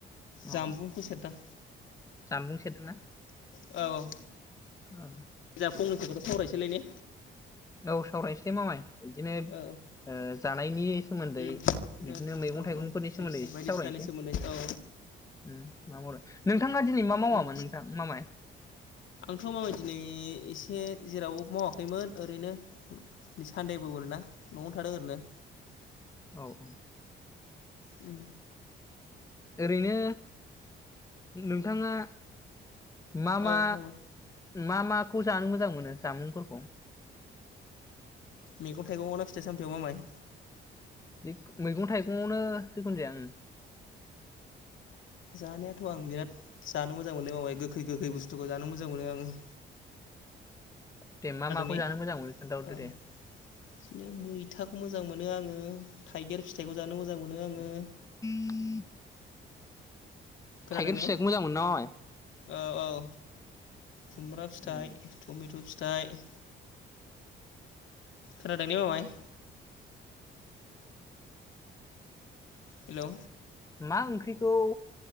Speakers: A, on the left; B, on the left.
A: अ
B: जानबुंखौ सेरदां
A: जानबुं सेरदोंना
B: औ
A: औ
B: जा सावरायसैलाय ने
A: औ सावरायनोसलै मामाय बिदिनो
B: औ
A: ओ जानायनि सोमोन्दै
B: उम
A: बिदिनो
B: ओ
A: मैगं
B: औ
A: थाइगंफोरनि
B: औ जायखिजाया
A: सोमोन्दै एसे
B: बायदिसिनानि
A: सावरायनोसै
B: सोमोन्दै औ
A: उम मामाय मा मावामोन
B: उम
A: नोंथां मामाय
B: आंथ माबायदि नै एसे जेरावबो मावाखैमोन ओरैनो सान्दे बो मोनना नआवनो थादों ओरैनो
A: औ औ
B: उम
A: ओरैनो नोंथांङा मा मा
B: औ मामाय
A: मा माखौ जानो मोजां मोनो जामुंफोरखौ
B: मैगं थाइगंना फिथाइ सामथायाइाव मामाय
A: बे मैगं थाइगं आवनो जिखुनु जाया ओम
B: जानायाथ आं बिराद जानो मोजां मोनो माबाय गोखै गोखै बुस्थुखौ जानो मोजां मोनो आंङो
A: दे मा माखौ
B: ने
A: जानो मोजां मोनो खोन्थाहरदो
B: औ
A: दे
B: बिदिनो मैथाखौ मोजां मोनो आंङो थाइगिर फिथाइखौ जानो मोजां मोनो आंङो
A: <inaudible>
B: खोनादों
A: थाइगिर
B: ने
A: फिथाइखौ मोजां मोनोना मामाय
B: औ औ खुमब्रा फिथाइ
A: मामाय
B: टमेट फिथाइ खोनादोंने मामाय हेलौ
A: मा ओंख्रिखौ